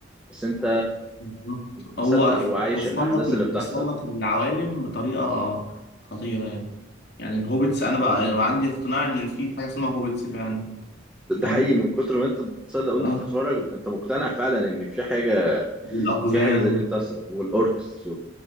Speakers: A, in the centre; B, on the left (about 55°).
A: بس انت
B: بالظبط.
A: مصدق
B: هو
A: وعايش
B: وصل
A: الاحداث
B: لك ال-
A: اللي بتحصل
B: وصل لك العوالم بطريقه خطيره يعني يعني الهوبيتس انا بقى بقى عندي اقتناع ان في حاجه اسمها هوبيتس فعلا
A: ده
B: فاهم
A: حقيقي من كتر ما انت بتصدق وانت
B: اه
A: بتتفرج انت مقتنع فعلا ان في حاجة
B: والاقزام
A: في حاجة زي دي بتحصل والاوركس